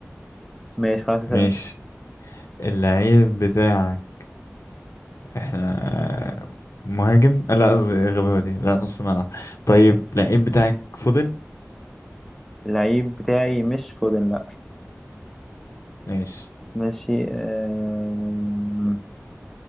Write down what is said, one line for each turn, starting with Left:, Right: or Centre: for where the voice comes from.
Centre: ماشي خلاص اسأل
Left: ماشي
Centre: انت
Left: اللعيب بتاعك احنا مهاجم لا قصدي غباوة دي لا نص ملعب طيب لعيب بتاعك فودن
Centre: اللعيب بتاعي مش فودن لا
Left: ماشي
Centre: ماشي آه